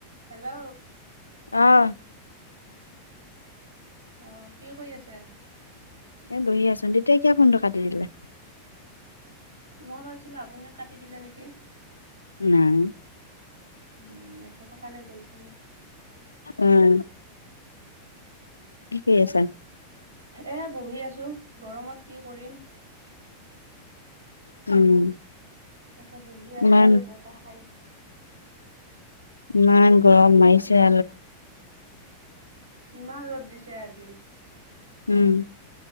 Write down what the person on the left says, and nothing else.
অহ!
এ বহি আছো। তেতিয়া কিয়া ফোনটো কাটি দিলি?
নাই।
উম! কি কৰি আছা?
উম!
ইমান
ইমান গৰম মাৰিছে
উম!